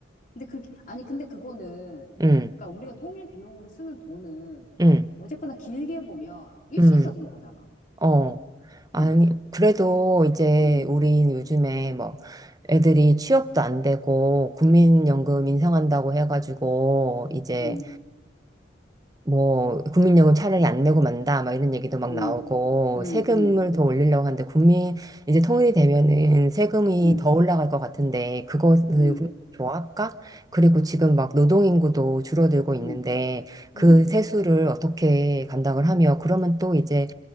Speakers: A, on the left; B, on the right.
A: 근데 그게, 아니, 근데 그거는,
B: 응,
A: 그러니까 우리가 통일 비용으로 쓰는 돈은
B: 응,
A: 어쨌거나 길게 보면 일시적인
B: 응,
A: 거잖아.
B: 어. 아니,
A: 응,
B: 그래도 이제
A: 응,
B: 우린 요즘에 뭐 애들이 취업도 안 되고 국민연금 인상한다고 해가지고 이제
A: 응,
B: 뭐 국민연금 차라리 안 내고 만다 막 이런 얘기도 막
A: 응,
B: 나오고
A: 응,
B: 세금을
A: 응,
B: 더 올리려고 하는데 국민 이제 통일이 되면은 세금이
A: 응,
B: 더 올라갈 것 같은데 그거 그
A: 응,
B: 국민 좋아할까? 그리고 지금 막 노동인구도 줄어들고
A: 응,
B: 있는데 그
A: 응,
B: 세수를 어떻게 감당을 하며 그러면 또 이제